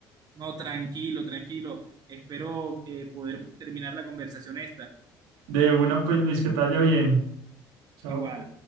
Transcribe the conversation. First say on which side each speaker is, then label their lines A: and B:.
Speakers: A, on the right; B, on the right.
A: No, tranquilo, tranquilo, espero eh, poder terminar la conversación esta,
B: De una, pues, Luis, que te vaya bien. Chao.
A: igual.